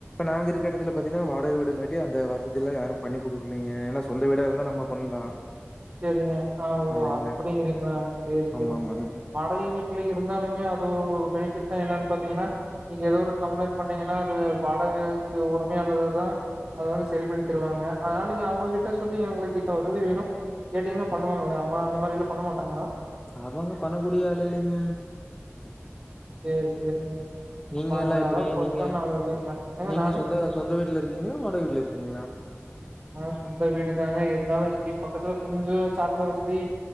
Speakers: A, on the left; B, on the right.
A: நாங்க இருக்க எடத்துல பாத்தீனா வாடக வீடுங் காட்டி அந்த வசதிலா யாரு பண்ணிகுடுக்லீங்க ஏன்னா சொந்த வீடா இருந்தா நம்ம பண்லா
B: செரிங்க ஆ ஓ
A: அதுங்க
B: அப்டிங்கிறீங்களா சேரி சேரிங்க
A: ஆமா ஆமாங்க
B: வாடகை வீட் ல்ல இருந்தாலுமே அது ஒ உங்களுக்கு பெனிபிட் தா என்னன் பாத்தீங்னா நீங்க ஏதோ ஒரு கம்ப்ளைண் பண்ணீங்னா அது வாடக உரிமையாளர்கள் தா அத வந்து சரி பண்ணி தருவாங்க அதனால நீங்க அவுங்ககிட்ட சொல்லி எங்களுக்கு இந்த ஒதவி வேணு கேட்டீங்கன்ன பண்ணுவாங்கள்ள அவங்கள அந்த மாரியிலா பண்ண மாட்டாங்களா
A: அவங்க பண்ணக்கூடியாளு இல்லைங்க
B: சேரி சேரிங்க
A: நீங்க
B: அப்ப அந்த
A: எல்லா எப்டி
B: அளவுக்கு ஒர்த்தான
A: நீங்க
B: ஆளு இல்லைங்க ஏங்க
A: நீங்க
B: நானு
A: சொந்த சொந்த வீட்ல இருக்கீங்ளா வாடக வீட்ல இருக்கீங்ளா
B: ஆ சொந்த வீடுதாங்க இருந்தாலு இங்க பக்கத்துல கொஞ்சோ சாக்கட வசதி